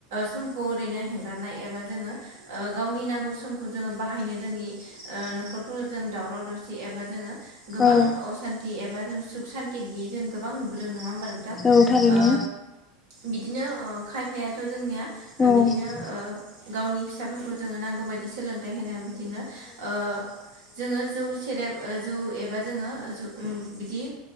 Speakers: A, on the right (about 55°); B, on the left (about 20°).
A: समखौ ओरैनो हेंगारनाय एबा जोङो ओ गावनि नांगौ समखौ जोङो बाहायनो रोङि ओ न'खरफोर जों दावराव दावसि एबा जोङो गोबां
B: औ
A: असान्ति एबा जों सुख सान थि गियै जों गोबां नुबोदों नङा होमबा नोंथां?
B: औ थारैनो
A: ओ बिदिनो खायफायाथ' जोंनिया
B: औ
A: बिदिनो
B: औ
A: ओ गावनि फिसाफोरखौ जोङो नांगौ बायदि सोलोंथाइ होनायाव बिदिनो ओ जोङो जौ सेरेब जौ एबा जोङो जो ओ बिदि